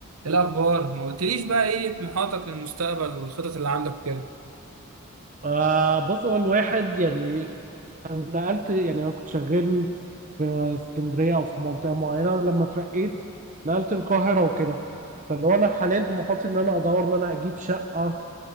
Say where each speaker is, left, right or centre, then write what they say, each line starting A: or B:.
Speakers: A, on the right; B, on the right.
A: إيه الأخبار ما قلتليش بقى إيه طموحاتك للمستقبل والخطط اللي عندك كده
B: آه بص هو الواحد يعني انا نقلت يعني انا كنت شغال في اسكندريه او في منطقه معينه لما اترقيت نقلت القاهره وكده فاللي هو انا حاليا طموحاتي ان انا ادور ان انا اجيب شقه